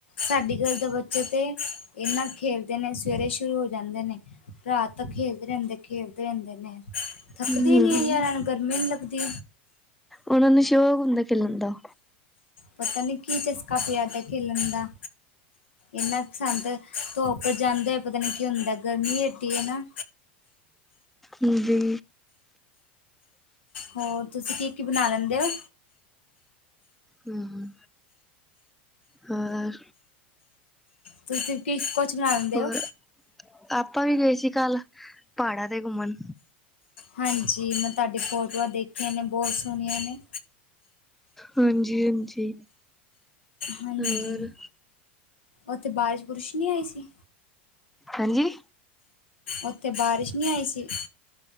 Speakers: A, on the left (about 85°); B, in the centre.
A: ਸਾਡੀ ਗਲੀ ਦੇ ਬੱਚੇ ਤਾਂ ਏਨਾਂ ਖੇਲਦੇ ਨੇ ਸਵੇਰੇ ਸ਼ੁਰੂ ਹੋ ਜਾਂਦੇ ਨੇ ਰਾਤ ਤਕ ਖੇਲਦੇ ਰਹਿੰਦੇ ਖੇਲਦੇ ਰਹਿੰਦੇ ਨੇ ਥੱਕਦੇ
B: ਹੂੰ
A: ਈ ਨਹੀਂ ਹੈ ਯਾਰ ਏਨਾ ਨੁ ਗਰਮੀ ਨਹੀਂ ਲਗਦੀ
B: ਉਹਨਾਂ ਨੂੰ ਸ਼ੋਕ ਹੁੰਦਾ ਖੇਲਨ ਦਾ
A: ਪਤਾ ਨਹੀਂ ਕੀ ਚਸਕਾ ਪਿਆਦਾ ਖੇਲਣ ਦਾ ਏਨਾ ਕੁ ਸਾਨੁ ਤੇ ਧੋਪ ਪਰ ਜਾੰਦੇ ਪਤਾ ਨੀ ਕੀ ਹੁੰਦਾ ਗਰਮੀ ਏਡੀ ਏ ਨਾ
B: ਹਾੰਜੀ
A: ਹੋਰ ਤੁਸੀਂ ਕੀ ਕੀ ਬਨਾ ਲੈਂਦੇ ਔ
B: ਹਮ ਹੋਰ
A: ਤੁਸੀਂ ਕੀ ਕੁਛ ਬਣਾ ਲੈਂਦੇ
B: ਹੋਰ
A: ਹੋ
B: ਆਪਾਂ ਵੀ ਗਏ ਸੀ ਕੱਲ ਪਹਾੜਾਂ ਤੇ ਘੁੰਮਣ
A: ਹਾਂਜੀ ਮੈਂ ਤਾਡੀ ਫੋਟੋਆਂ ਦੇਖੀਆਂ ਨੇ ਬਹੁਤ ਸੋਹਣੀਆਂ ਨੇ
B: ਹਾਂਜੀ-ਹਾਂਜੀ
A: ਹਾਂਜੀ
B: ਹੋਰ
A: ਉੱਥੇ ਬਾਰਿਸ਼ ਬੁਰਿਸ਼ ਨਹੀਂ ਆਈ ਸੀ
B: ਹਾਂਜੀ
A: ਉੱਥੇ ਬਾਰਿਸ਼ ਨੀ ਆਈ ਸੀ